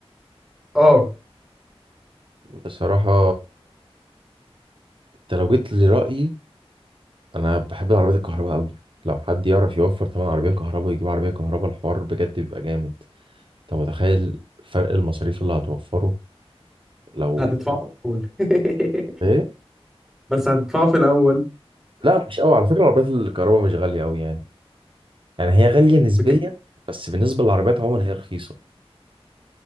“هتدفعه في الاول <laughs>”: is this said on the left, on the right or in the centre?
Centre